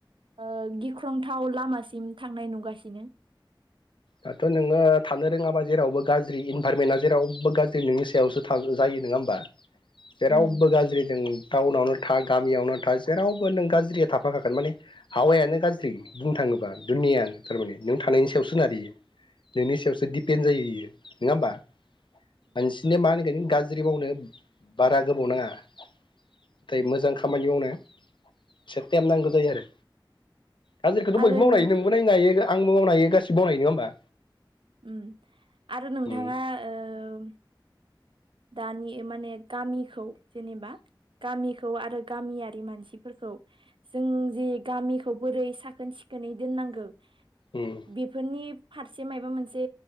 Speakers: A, on the right (about 80°); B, on the left (about 70°).
A: ओ गिख्रंथाव लामासिम थांनाय नुगासिनो
B: दाथ' नोंङो थानो रोंङाबा जेरावबो गाज्रि इनभाररमेन्टआ जेरावबो गाज्रि नोंनि सायावसो जायो नोंङा होमबा जेरावबो
A: उम
B: गाज्रि दों टाउनावनो था गामियावनो था जेरावबो नों गाज्रिया थाफाखागोन माने हावायानो गाज्रि बुंनो थांङोबा नियानो थारमाने नों थानायनि सायावसो सोनारो इयो नोंनि सायावसो दिपेन्ड जायो इयो नङा होमबा? मानसिनि मा होनगोन गाज्रि मावनो बारा गोबाव नाङा। नाथाय मोजां खामानि मावनो एसे टाइम नांगौ जायो आरो। गाज्रिखौथ'
A: आरो
B: बयबो मावनो
A: नों
B: नोंबो नायनो हायो आंबो मावनोहायो गासिबो मावनो नङा होनबा?
A: उम आरो नोंथाङा
B: उम
A: ओम दानि माने गामिखौ जेनेबा गामिखौ आरो गामियारि मानसिफोरखौ जों जि गामिखौ बोरै साखोन सिखोनै दोननांगौ
B: उम
A: बेफोरनि फारसे माबा मोनसे